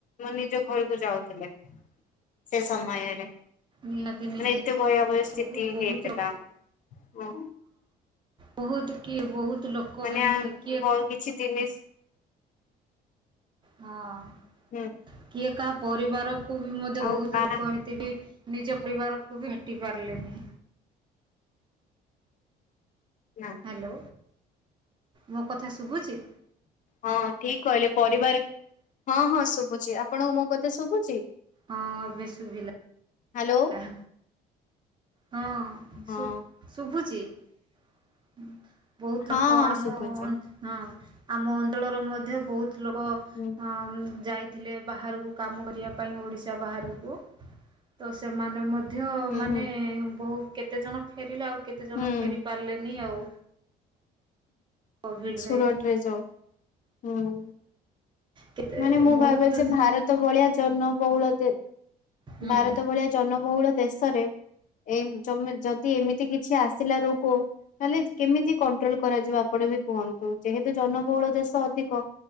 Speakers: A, on the left (about 50°); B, on the right (about 30°).
A: ନିଜ ଘରକୁ ଯାଉଥିଲେ ସେ ସମୟରେ
B: ନିହାତି ନିହାତି
A: ମାନେ ଏତେ ଭୟାବହ
B: ବହୁତ
A: ସ୍ଥିତି
B: ବହୁତ
A: ହେଇଥିଲା।
B: <inaudible>
A: ହଁ
B: ବହୁତ କି ବହୁତ
A: <unintelligible>
B: ଲୋକ ସେମିତି କିଏ ହଁ
A: ହୁଁ
B: କିଏ ତା ପରିବାର କୋବି ମଧ୍ୟ
A: ଆଉ
B: ବହୁତ
A: କାହା
B: କରିଥିଲି। ନିଜ ପରିବାରକୁ ବି ଭେଟି ପାରିଲେନି।
A: ନା
B: ହ୍ୟାଲୋ। ମୋ କଥା ଶୁଭୁଛି?
A: ହଁ ଠିକ୍ କହିଲେ ପରିବାର ହଁ ହଁ ଶୁଭୁଛି। ଆପଣଙ୍କୁ ମୋ କଥା ଶୁଭୁଛି?
B: ହଁ ଏବେ ଶୁଭିଲା।
A: ହ୍ୟାଲୋ
B: ଏହ ହଁ
A: ହଁ।
B: ଶୁ-ଶୁଭୁଛି। ହୁଁ। ବହୁତ
A: ହଁ
B: ଲୋକ
A: ହଁ
B: ଆମ-
A: ଶୁଭୁଛି
B: ଅ- ଅନ୍ ହଁ। ଆମ ଅଣ୍ଡଳର ମଧ୍ୟ ବହୁତ ଲୋକ
A: ହୁଁ
B: ପ ଅ-ଅମଁ ଯାଇଥିଲେ ବାହାରକୁ କାମ କରିବା ପାଇଁ ଓଡ଼ିଶା ବାହାରକୁ। ତ ସେମାନେ ମଧ୍ୟ ଧ୍ୟ
A: ହୁଁ
B: ମାନେ
A: ହୁଁ
B: ବହୁତ କେତେଜଣ ଫେରିଲା ଆଉ କେତେ ଜଣ
A: ହୁଁ
B: ଫେରି ପାରିଲେନି ଆଉ। କୋଭିଡ଼ରେ
A: ସୁଡଟ୍ ରେ ଜଉ ହୁଁ।
B: କେତେ
A: ମାନେ ମୁଁ
B: ବହୁତ
A: ଭାବେ ଯେ ଭାରତ ଭଳିଆ ଜନବହୁ ଉଳଦେ
B: ହୁଁ
A: ଭାରତ ଭଳିଆ ଜନବହୁଳ ଦେଶରେ ଏ ଯମେ ଯଦି ଏମିତି କିଛି ଆସିଲା ରୋଗ ତାହଲେ କେମିତି କଣ୍ଟ୍ରୋଲ କରାଯିବ? ଆପଣ ବି କୁହନ୍ତୁ, ଯେହେତୁ ଜନବହୁଳ ଦେଶ୍ ଅଧିକ